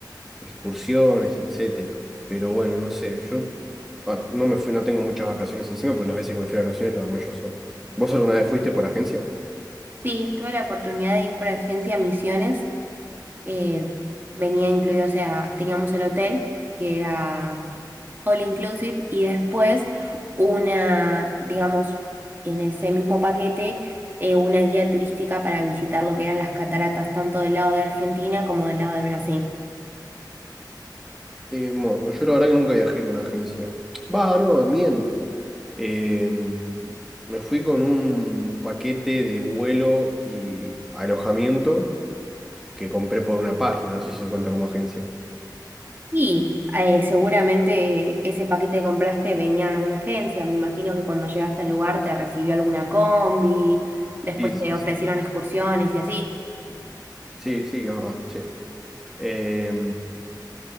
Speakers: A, in the centre; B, on the right.
A: excursiones, etcétera. Pero bueno, no sé, yo ah, no me fui, no tengo muchas vacaciones encima, pero las veces que me fui a vacaciones lo armé yo solo. ¿Vos alguna vez fuiste por agencia?
B: Sí, tuve la oportunidad de ir por agencia a Misiones. eh, venía incluido, o sea, teníamos el hotel, que era all inclusive y después una, digamos, en ese mismo paquete, eh, una guía turística para visitar lo que eran las cataratas, tanto del lado de Argentina como del lado de Brasil.
A: Eh, bueno, yo la verdad que nunca viajé con agencia. Va, no, miento. Eh, me fui con un paquete de vuelo y alojamiento que compré por una página, no sé si eso cuenta como agencia.
B: Y eh, seguramente ese paquete que compraste venía de alguna agencia. Me imagino que cuando llegaste al lugar te recibió alguna combi, después
A: Sí, sí,
B: te ofrecieron
A: sí.
B: excursiones y así.
A: Sí, sí, es verdad, sí. Eh,